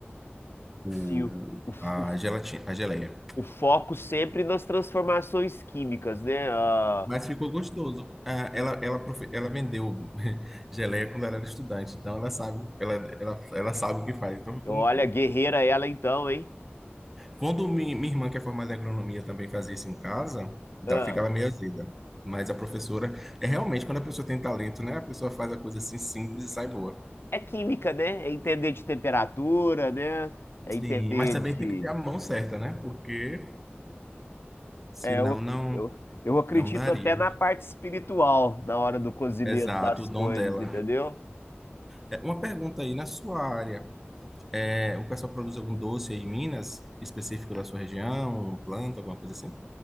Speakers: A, in the centre; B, on the left.
A: o-
B: Sim, o, o,
A: a
B: o-
A: gelatina, a geleia.
B: o foco sempre nas transformações químicas, né? Ah,
A: Mas ficou gostoso. Ah, ela, ela, profe- ela vendeu <laughs> geleia quando ela era estudante, então ela sabe, ela, ela, ela sabe o que faz, então ficou
B: olha,
A: muito bom.
B: guerreira ela então, hein?
A: Quando mi- minha irmã, que é formada em agronomia, também fazia isso em casa, da-
B: Ah,
A: ficava meio azeda. Mas a professora, é realmente quando a pessoa tem talento, né? A pessoa faz a coisa assim simples e sai boa.
B: é química, né? É entender de temperatura, né? É
A: Sim,
B: entender
A: mas também
B: de.
A: tem que ter a mão certa, né? Porque senão
B: É, eu,
A: não,
B: eu, eu acredito
A: não daria.
B: até na parte espiritual, na hora do cozimento
A: Exato,
B: das
A: o dom
B: coisas,
A: dela.
B: entendeu?
A: É, uma pergunta aí na sua área. É, o pessoal produz algum doce aí em Minas, específico da sua região, planta, alguma coisa assim?